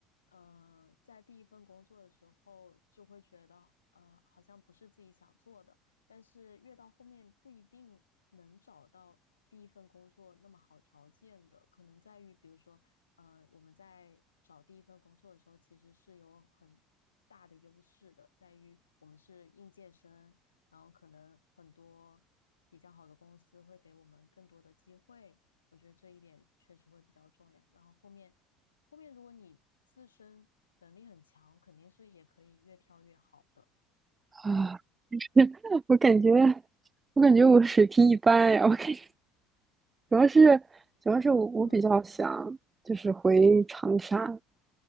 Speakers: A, on the left (about 85°); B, on the right (about 20°).
A: 呃，在第一份工作的时候就会觉得，呃，好像不是自己想做的，但是越到后面不一定能找到第一份工作那么好条件的，可能在于，比如说，呃，我们在找第一份工作的时候，其实是有很大的优势的，在于我们是应届生。然后可能很多比较好的公司会给我们更多的机会，我觉得这一点确实会比较重要。然后后面后面如果你自身能力很强，肯定是也可以越跳越好的。
B: <laughs> 啊，我感觉，我感觉我水平一般呀。我感觉主要是，主要是我我比较想就是回长沙，
A: 嗯